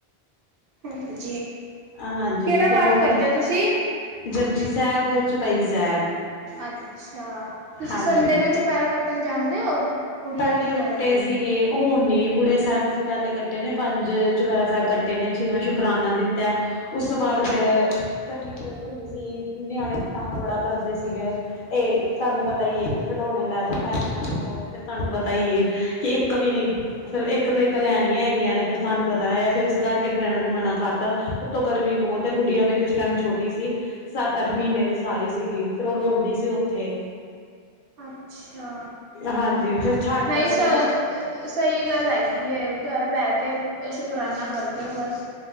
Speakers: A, on the right (about 65°); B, on the left (about 60°).
A: ਹਾਂਜੀ,
B: ਹਾਂਜੀ
A: ਕਿਹੜਾ
B: ਫਿਰ
A: ਪਾਠ
B: ਉਹ
A: ਕਰਦੇ ਹੋ ਤੁਸੀਂ
B: ਜਪੁਜੀ ਸਾਹਿਬ, ਔਰ ਚੌਪਈ ਸਾਹਿਬ।
A: ਅੱਛਾ ਤੁਸੀਂ
B: ਹਾਂਜੀ।
A: ਸੰਡੇ ਨੂੰ ਚੁਪੈਰਾ ਕੱਟਨ ਜਾਂਦੇ ਹੋ। ਬੁੜੀਆ
B: ਪਹਿਲੇ
A: ਗੁਰਦੁਆਰੇ
B: ਕੱਟੇ ਸੀਗੇ ਹੁਣ ਨੀ ਬੁੜੇ ਸ ਸਾਹਿਬ ਅਸੀਂ ਪਹਿਲੇ ਕੱਟੇ ਨੇ ਪੰਜ ਚੁਪਹਿਰਾ ਸਾਹਿਬ ਕੱਟੇ ਨੇ ਛੇਵਾਂ ਸ਼ੁਕਰਾਨਾ ਦਿੱਤਾ, ਉਸ ਤੋਂ ਬਾਅਦ ਫੇਰ ਗਰਮੀ ਬਹੁਤ ਹੁੰਦੀ ਸੀ ਨਿਆਣੇ ਤੰਗ ਬੜਾ ਕਰਦੇ ਸੀਗੇ, ਇਹ ਤੁਹਾਨੂੰ ਪਤਾ ਇਹ ਕਿ ਖਿਡੋਣੇ ਲੈ ਦੋ ਇਹ ਕਰ ਦੋ ਫਿਰ ਤੁਹਾਨੂੰ ਪਤਾ ਹੀ ਕਿ ਇੱਕ ਵੀ ਨੀ ਫੇਰ ਇੱਕ ਤੋਂ ਇੱਕ ਲੈਣੀਆਂ ਹੈਗੀਆਂ ਨੇ ਫੇਰ ਤੁਹਾਨੂੰ ਪਤਾ ਫਿਰ ਇਸ ਕਰਕੇ ਫੇਰ ਇਹਨਾਂ ਨੇ ਮਨਾ ਕਰਤਾ ਉਤੋਂ ਗਰਮੀ ਬਹੁਤ ਐ ਗੁੜੀਆ ਮੇਰੀ ਉਸ ਟਾਈਮ ਛੋਟੀ ਸੀ ਸੱਤ ਅੱਠ ਮਹੀਨੇ ਮਹੀਨੇ ਦੀ ਸਾਰੀ ਸੀਗੀ, ਫਿਰ ਉਹ ਰੋਂਦੀ ਸੀ ਉੱਥੇ।
A: ਅੱਛਾ,
B: ਹਾਂਜੀ ਫਿਰ ਛੱਡ
A: ਨਹੀਂ
B: ਤਾ ਸੀ
A: ਸੱਲ
B: ਹੁਣ
A: ਸਹੀ ਗੱਲ ਹੈਗੀ ਹੈ ਘਰ ਬੈ ਲੈ ਕੇ ਸ਼ੁਕਰਾਨਾ ਕਰਦੇ ਹੋ ਬਸ।